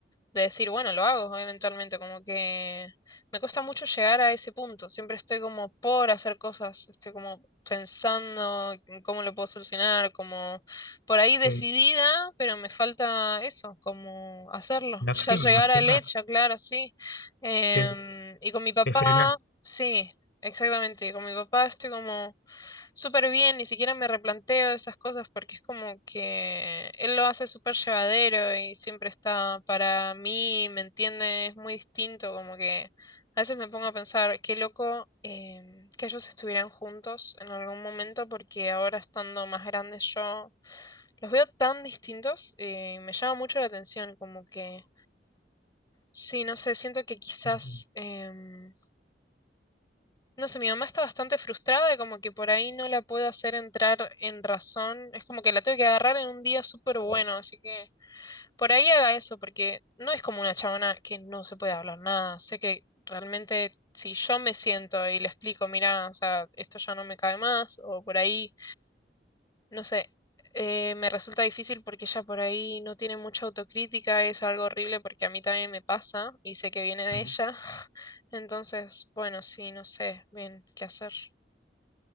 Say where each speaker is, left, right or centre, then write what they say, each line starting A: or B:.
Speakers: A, on the left; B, on the left.
A: de decir, bueno, lo hago eventualmente, como que me cuesta mucho llegar a ese punto, siempre estoy como por hacer cosas, estoy como pensando en cómo lo puedo solucionar, como por ahí
B: Ok.
A: decidida, pero me falta eso, como hacerlo,
B: La
A: <laughs>
B: acción,
A: ya llegar
B: accionar.
A: al hecho, claro, sí. Em,
B: Te,
A: y con mi papá,
B: te frenás.
A: sí, exactamente, con mi papá estoy como súper bien, ni siquiera me replanteo esas cosas porque es como que él lo hace súper llevadero y siempre está para mí, ¿me entiende? Es muy distinto, como que a veces me pongo a pensar, qué loco em, que ellos estuvieran juntos en algún momento porque ahora estando más grandes yo los veo tan distintos eh, y me llama mucho la atención, como que sí, no sé, siento que quizás...
B: Ujú.
A: em, no sé, mi mamá está bastante frustrada, como que por ahí no la puedo hacer entrar en razón. Es como que la tengo que agarrar en un día súper bueno, así que por ahí haga eso, porque no es como una chabona que no se puede hablar nada. Sé que realmente si yo me siento y le explico, mira, o sea, esto ya no me cabe más, o por ahí, no sé, eh, me resulta difícil porque ella por ahí no tiene mucha autocrítica, es algo horrible porque a mí también me pasa y sé que viene de
B: Ujú.
A: ella. <laughs> Entonces, bueno, sí, no sé bien qué hacer.